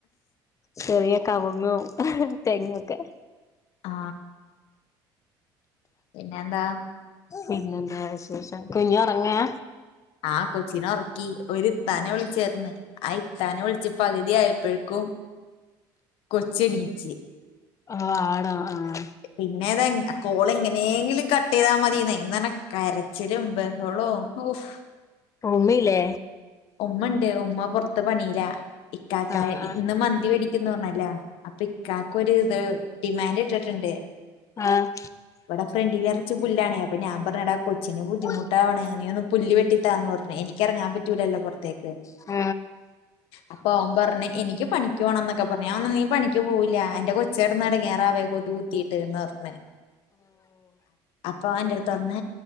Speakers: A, on the left; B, on the left.
A: ചെറിയ കവുങ്ങും ഹഅ തെങ്ങോക്കെ
B: ആ പിന്നെ എന്താ
A: പിന്നെന്താ വിശേഷം കുഞ്ഞു ഉറങ്ങാ
B: ആ കൊച്ചിനെ ഒറക്കി ഒര് ത്താനെ വിളിച്ചെന്ന് ആയി ഇത്താനെ വിളിച്ച് പകുതിയപ്പോഴെക്കും കൊച്ചെണി ച്ച്
A: ആ ആണോ ആഹ്
B: പിന്നെതെ കോള് എങ്ങനെങ്കിലും കട്ട് ചെയ്താ മതിന്നൊയി എന്ന് കരച്ചിലും ബേഹാളോം ഓഫ്
A: ഉമ്മിയില്ലേ
B: ഉമ്മ ഒണ്ട് ഉമ്മ പെറത്ത് ത്ത് പണിലാ ഇക്കാക്കായ്
A: ആഹ്
B: ഇന്ന് മന്തി വേടി <unintelligible> പറഞ്ഞല്ലേ അപ്പൊ ഇക്കാക്കും ഒരു ഇത് ഡിമാൻഡ് ഇട്ടിട്ടുണ്ട്
A: ആഹ്
B: ഇവിടെ ഫ്രണ്ടിൽ നറച്ച് പുല്ലാണേ അപ്പൊ ഞാൻ പറഞ്ഞടാ കൊച്ചിന് ബുദ്ധിമുട്ടാവണ
A: ആഹ്
B: നീയൊന്ന് പുല്ല് വെട്ടിത്താന്ന് പറഞ്ഞു എനിക്കിറങ്ങാൻ <unintelligible> റ്റുല്ലല്ലൊ ത്തേക്ക്,
A: ഓ
B: അപ്പൊ ഓൻ പറഞ്ഞ് എനിക്ക് പണിക്ക് പോണംന്നൊക്കെ പറഞ്ഞ് നീ പണിക്ക് പോവൂല്ല എന്റെ കൊച്ചടന്ന് ഇടങ്ങാറാവ്വ കൊതു കുത്തീട്ട്ന്ന് പറഞ്ഞ, അപ്പൊ ഓഎന്റടുത്തു പറഞ്ഞ